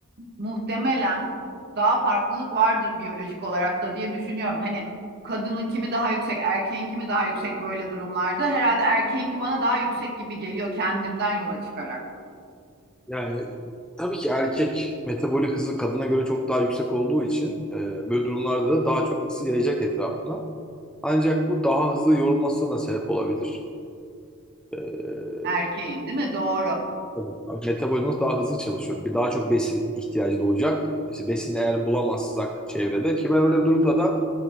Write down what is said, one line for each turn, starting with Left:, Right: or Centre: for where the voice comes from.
Right: muhtemelen daha farklılık vardır biyolojik olarak da diye düşünüyorum. Hani kadının kimi daha yüksek, erkeğin kimi daha yüksek böyle durumlarda. Herhalde erkeğinki bana daha yüksek gibi geliyor kendimden yola çıkarak.
Centre: Yani tabii ki erkek metabolik hızı kadına göre çok daha yüksek olduğu için e, böyle durumlarda da daha çok ısı yayacak etrafına. Ancak bu daha hızlı yorulmasına da sebep olabilir. E,
Right: Erkeğin, değil mi? Doğru.
Centre: Tabii. Abi Metabolizması daha hızlı çalışıyor. Bir daha çok besin ihtiyacı doğacak. İşte besini eğer bulamazsak çevrede ki ben öyle bir durumda da